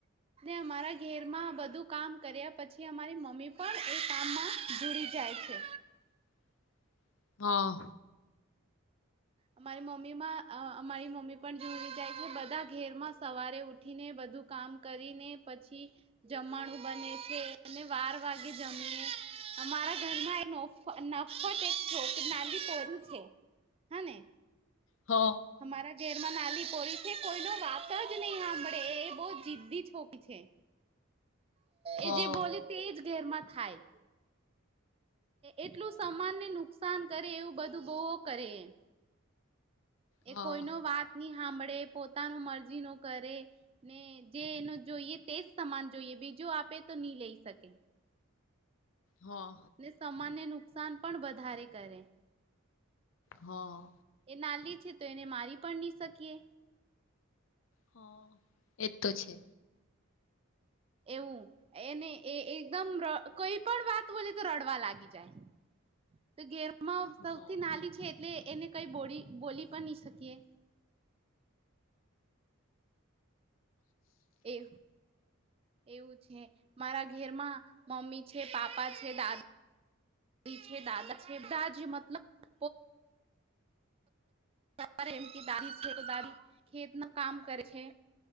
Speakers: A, on the right (about 25°); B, on the left (about 65°).
A: અમારા ઘેર માં બધું કામ કર્યા પછી અમારી મમ્મી પણ એ કામમાં જોડી જાય છે
B: <inaudible> હા
A: અમારી મમ્મીમાં અમારી મમ્મી પણ જોઈ જાય છે બધા ઘેરમાં સવારે ઉઠીને બધું કામ કરીને પછી જમવાણું બને છે અને બાર વાગે જમીએ અમારા ઘરમાં એ નફત એક છોકરી નાની પરું છે હાને
B: હા હા
A: અમારા ઘેરમાં નાની કોઈ ન વાત જ નહી સાંભળે એ બહુ જિદી છોકરી છે
B: હા
A: એ જે બોલે તેજ ઘરમાં થાય એટલું સમાનને નુકસાન કરે એવું બધું બહુવ કરે
B: હા
A: એ કોઈનુ વાત નહિ સાંભળે પોતાનો મરજીનુ કરે ને જે એનું જોઈએ તેજ સમાન જોઈએ બીજુ જો આપે તો નહી લઈ શકે
B: હા
A: ને સમાનને નુકસાન પણ વધારે કરે
B: હા
A: એ નાલી તો એને મારી પણ નહી શકીએ
B: હા એજ તો છે
A: એવું એને એ એકદમ કઈ પણ વાત બોલી તો રડવા લાગી જાય તો ઘેર
B: હા
A: સૌથી નાની છે એટલે એને કઈ બોલી બોલી પણ નહી શકીએ એવ એવું છે મારા ઘરમાં મમ્મી છે પાપા છે દાદા ડી છે દાદા છે દાજ મતલબ સવા એમ કે દાઢ છે તો દાઢ ખેતનું કામ કરે છે